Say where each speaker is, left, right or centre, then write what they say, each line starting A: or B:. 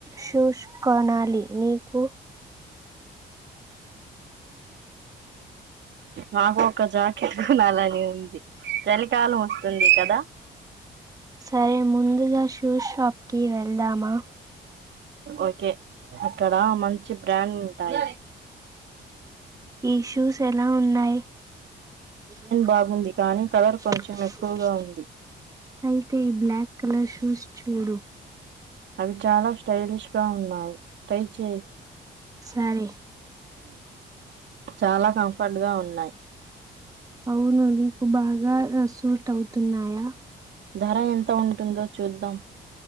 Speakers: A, on the right (about 20°); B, on the right (about 70°).
A: షూస్ కొనాలి నీకు
B: మాకు ఒక జాకెట్ కొనాలని ఉంది. చలికాలం వస్తుంది కదా
A: సరే ముందుగా షూస్ షాప్కి వెళ్దామా
B: ఓకే అక్కడ మంచి బ్రాండ్ ఉంటయి.
A: ఈ షూస్ ఎలా ఉన్నాయి? <unintelligible>
B: బాగుంది కానీ కలర్ కొంచెం ఎక్కువగా ఉంది
A: అయితే ఈ బ్లాక్ అలా షూస్ చూడు
B: అవి చాలా స్టలిష్ గా ఉన్నాయి టై చే
A: సరే
B: చాలా కంఫర్ట్ గా ఉం న్నాయి
A: అవునండి బాగా సూట్ అవుతున్నాయా
B: ధర ఎంత ఉంటుందో చూద్దాం